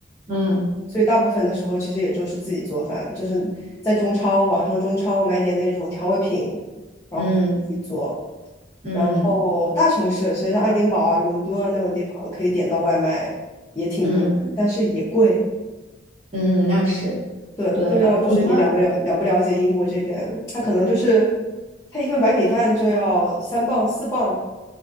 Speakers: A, on the right; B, on the left.
A: 嗯
B: 所以大部分的时候其实也就是自己做饭，就是在中超，网上中超买点那种调味品，然后自己做。
A: 嗯嗯
B: 然后大城市，其实像爱丁堡啊、伦敦啊那种地方，可以点到外卖也挺多，
A: 嗯
B: 但是也贵。
A: 嗯，那是对。
B: 对，不知道就是你了没了了不了解英国这边，
A: 然后我觉得，
B: 他可能就是他一份白米饭就要三磅四磅，